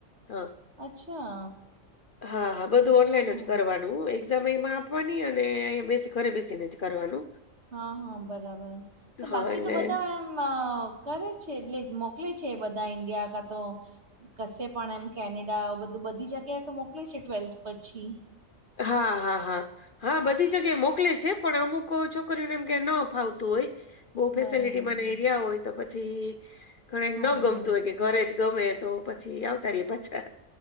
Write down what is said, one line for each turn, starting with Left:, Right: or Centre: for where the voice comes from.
Left: હા
Right: અચ્છા
Left: હા હા બધું
Right: અચ્છા
Left: ઓનલાઈન જ કરવાનુ એક્ઝામ અમાં આપવાની અને અંયા બે ઘરે બેસીને કરવાનુ
Right: હા હા બરાબર તો
Left: હા,
Right: બાકી
Left: એટલે
Right: તો બધા એમ કરે છે એટલે મોકલે છે બધા ઈન્ડિયા કા તો કશે પણ એમ કેનેડા બધું બધી જગ્યાએ તો મોકલી છે ટ્વેલ્થ પછી
Left: હા હા હા હા બધી જગ્યાએ મોકલે છે પણ અમુક છોકરીઓને એમ કે ન અ ફાવતું હોય. બઉુ
Right: બરાબર
Left: ફેસેલિટી મને એરિયા હોય તો પછી ઘ ન
Right: હા
Left: ગમતું
Right: હા
Left: હોય કે ઘરે જ ગમે તો પછી આવતા ર પાછા